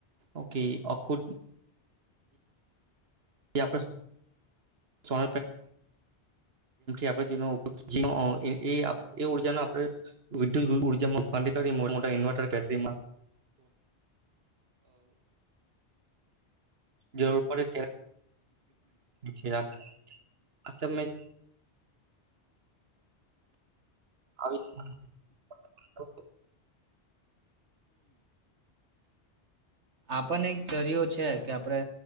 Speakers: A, on the right; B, on the right.
A: ઓકે અખુ ્યમથી આપણે તેનો ઉપયોગ જ એ એ ઉર્જા ન આપણે વિદ્યુત ઉર્જામાં કરી મોટા મોટા ઇન્વર્ટર કેતરીમાં જરૂર પડે ત્યારે આવી
B: આપને એક જરિયો છે કે આપણે